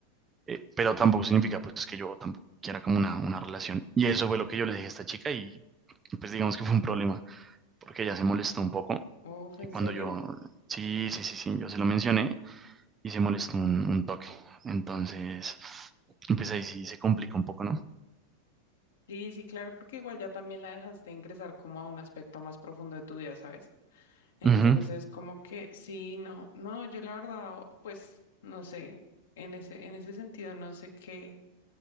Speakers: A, on the right; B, on the left.
A: eh, pero tampoco significa pues que yo tampoco quiera como una, una relación. Y eso fue lo que yo le dije a esta chica y pues digamos que fue un problema, porque ella se molestó un poco
B: Uf, ¿en
A: y cuando
B: serio?
A: yo, sí, sí, sí, sí, yo se lo mencioné y se molestó un, un toque. Entonces, pues ahí sí se complica un poco, ¿no?
B: Sí, sí, claro, porque igual ya también la dejaste ingresar como a un aspecto más profundo de tu vida, ¿sabes? Entonces,
A: Ujú,
B: como que sí, no, no, yo la verdad, pues, no sé, en ese, en ese sentido, no sé qué,